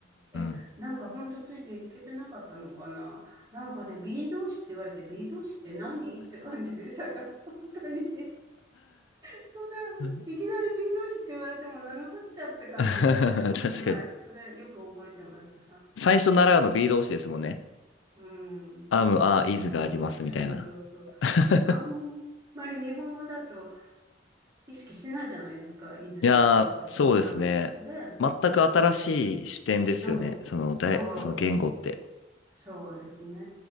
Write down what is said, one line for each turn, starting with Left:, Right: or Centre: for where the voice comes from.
Right: え、
Left: ん。
Right: なんかほんとついていけてなかったのかななんかね、B 同士って言われて、B 同士って何って感じでしたよ。<laughs> 本当に。そんな、
Left: <laughs>
Right: いきなり B 同士って言われてもなんのこっちゃって感じで。
Left: 確かに。
Right: はい。それよく覚えてます。は
Left: 最初習うの B 動詞ですもんね。
Right: うん。
Left: アム、アー、イズがありますみたいな。
Right: そう、そうそうそう。
Left: <laughs>
Right: あんまり日本語だと意識しないじゃないですか。イズとか、
Left: いやー、
Right: とか、
Left: そうですね。
Right: アムとかね。
Left: 全く新しい視点ですよね。
Right: うん。そう。
Left: その、
Right: そう。
Left: だい、その言語って。
Right: そうですね。